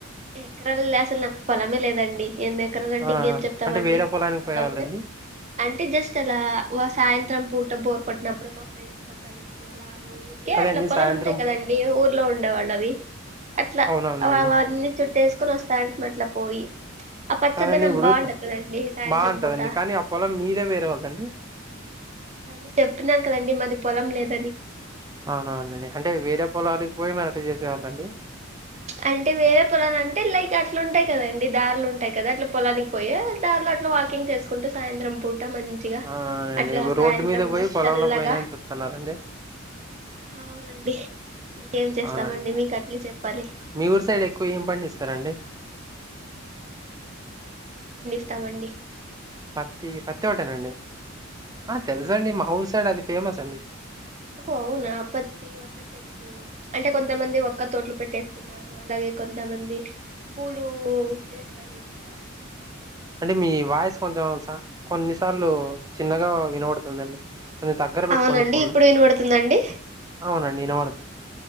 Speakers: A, on the right (about 35°); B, on the right (about 20°).
A: ఎకరాల అసలు నాకు పొలమే లేదండి ఎన్ని ఎకరలు అంటే
B: అవునా
A: ఇంకేం చెప్తామండి
B: అంటే వేరే పొలానికి
A: పొలమ
B: పోయేవాళ్ళండి
A: అంటే జస్ట్ అలా సాయంత్రం పూట పోరు కొట్టినప్పుడు మా ఫ్రెండ్స్ తో కలిసి అలా ఊరికే
B: అదే
A: అట్లా
B: అండి
A: పొలాలు
B: సాయంత్రం
A: ఉంటాయి కదండడి ఊ లో ఉండేవాళ్ళ అవి అట్లా
B: అవునవునులేండి
A: వావన్న చుట్టేసుకొని వస్తాంటే మట్ల పోయి ఆ పచ్చదనం
B: కాదండి ఇప్పుడు
A: బాగుంటది కదండి సాయంత్రం
B: బాగుంటదండి
A: పూట
B: కానీ అపోలో మీదే వేరే వాళ్ళదండి
A: అండి చెప్తున్నాను కదండి మాది పొలం లేదు
B: అవునవునండి అంటే వేరే పొలాలకి పోయి మరి చేసేవాళ్ళండి
A: అంటే వేరే పొలాలు అంటే లైక్ అట్లు ఉంటాయి కదండి దారులు ఉంటాయి కదా అట్లా పొలానికి పోయి దారులో అట్లా వాకింగ్ చేసుకుంటూ సాయంత్రం పూ మంచిగా
B: అవునవునండి
A: అట్లా సాయంత్రంలో
B: రోడ్డు మీద పోయి పొలంలో
A: తెల్లగా
B: పోయినని చెప్తున్నారండి
A: అవునండి ఇంకేం చేస్తామండి
B: అవునండి
A: మీకు అట్లే చెప్పాలి
B: మీ ఊరు సైడ్ ఎక్కువ ఏం పండిస్తారంండి
A: ఇస్తామండి
B: పత్తి పత్తి ఒకటేనండి ఆ తెలుస అండి మా ఊరు సైడ్ అది ఫేమస్ అండి
A: అ అవునా పత్తి ఒక్క చెట్లు అంటే కొంతమంది ఒక్క తోట్లు పెట్టేసుకున్నారు అలాగే కొంతమంది పూలు వేస్తారు ఇది చ
B: అంటే మీ వాయిస్ కొంచెం కొన్నిసార్లు చిన్నగా వినబడుతుందండి కొ దగ్గర పెట్టుకోండి
A: అవునండి
B: ఫోను
A: ఇప్పుడు వినబడుతుందండి
B: అవునండి విన పడుతుంది